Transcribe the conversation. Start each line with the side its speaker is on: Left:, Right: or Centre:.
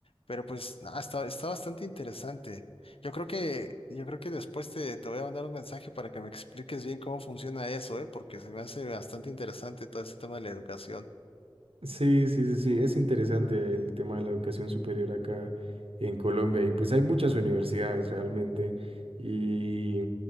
Left: Pero pues no, está, está bastante interesante. Yo creo que, yo creo que después te, te voy a mandar un mensaje para que me expliques bien cómo funciona eso, ¿eh? Porque se me hace bastante interesante todo ese tema de la educación.
Right: Sí, sí, sí, sí, es interesante el tema de la educación superior acá en Colombia y pues hay muchas universidades realmente y,